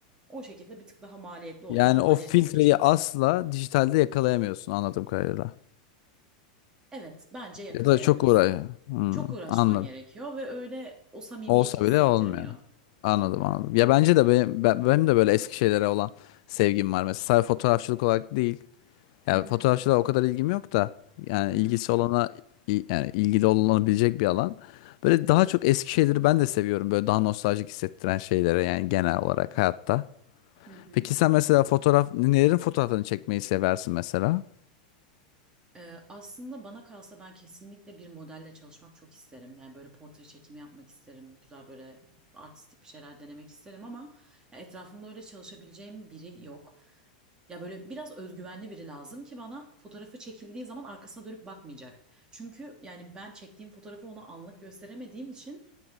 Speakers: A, on the right (about 20°); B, on the left (about 55°).
A: o şekilde bir tık daha maliyetli oluyor.
B: Yani
A: Maliyetli
B: o filtreyi
A: olduğu için
B: asla dijitalde yakalayamıyorsun anladığım kadarıyla.
A: evet bence yakalayamıyorsun.
B: Ya da çok uğraşıyor. Hmm,
A: Çok uğraşman
B: anladım.
A: gerekiyor ve öyle o samimiyeti
B: Olsa
A: hissettirmiyor.
B: bile olmuyor. Anladım
A: Hı hı.
B: anladım. Ya bence de benim, ben- benim de böyle eski şeylere olan sevgim var. Mesela sadece fotoğrafçılık olarak değil. Yani
A: Hı hı.
B: fotoğrafçılığa o kadar ilgim yok da. Yani
A: Hı hı.
B: ilgisi olana il- yani ilgili olunabilecek bir alan. Böyle daha çok eski şeyleri ben de seviyorum. Böyle daha nostaljik hissettiren şeylere yani genel olarak hayatta.
A: Hı hı.
B: Peki sen mesela fotoğraf nelerin fotoğraflarını çekmeyi seversin mesela?
A: Ee, aslında bana kalsa ben kesinlikle bir modelle çalışmak çok isterim. Yani böyle portre çekimi yapmak isterim. Güzel böyle artistik bir şeyler denemek isterim ama ya etrafımda öyle çalışabileceğim biri yok. Ya böyle biraz özgüvenli biri lazım ki bana fotoğrafı çekildiği zaman arkasına dönüp bakmayacak. Çünkü yani ben çektiğim fotoğrafı ona anlık gösteremediğim için